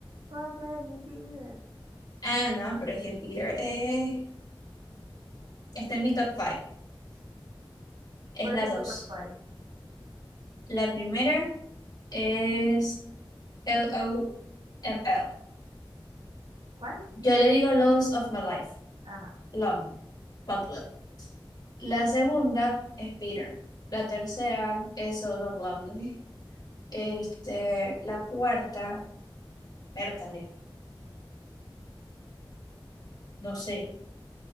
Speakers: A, on the right; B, on the left.
A: Forget me, Peter.
B: Ah, no, pero es que Peter eh, está en mi top 5. Es
A: Por
B: la
A: eso
B: dos
A: en tu top five.
B: La primera es L O M L
A: ¿Cuál?
B: Yo le digo Loves of My Life.
A: Ajá.
B: Love. Pablo. La segunda es Peter. La tercera es Solo Blondie. Este, la cuarta, Bertale. No sé.